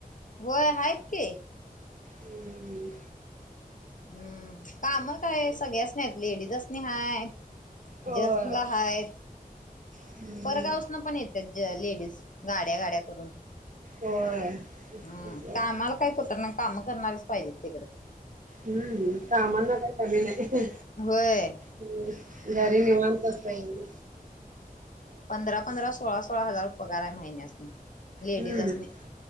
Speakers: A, on the left; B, on the right.
A: होय आहेत की.
B: हम्म.
A: हम्म. काम काय सगळ्यासनी आहेत लेडीजासनी हाय.
B: होय.
A: जेंट्सला हाय.
B: हम्म
A: परगावसन पण येत्यात लेडीज गाड्या गाड्या करून.
B: होय. तेच
A: हम्म,
B: तर.
A: कामाला काही तुटत नाही काम करणारीच पाहिजेत तिकडं.
B: हम्म, कामांना काय कमी नाही.
A: व्हय.
B: हम्म, घरी निवांत असताय की.
A: पंधरा पंधरा सोळा सोळा हजार पगार आहे. महिन्यासनी लेडीजासनी.
B: हम्म.